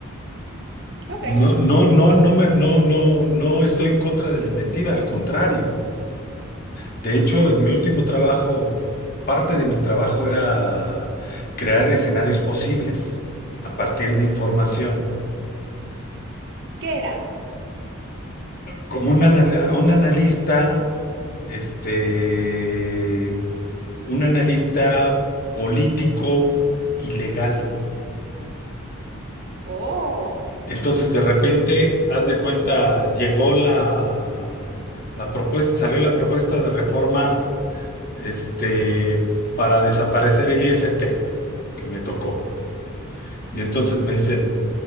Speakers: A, on the right (about 55°); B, on the left (about 45°).
A: Ok,
B: No, no, no, no me, no, no, no estoy en contra de la inventiva, al contrario. De hecho, en mi último trabajo, parte de mi trabajo era crear escenarios posibles a partir de información.
A: ¿qué era?
B: Como un, anal- un analista, este, un analista político y legal.
A: Oh,
B: Entonces, de repente, haz de cuenta, llegó la, la propuesta, salió la propuesta de reforma, este, para desaparecer el IFT, que me tocó. Y entonces me dicen,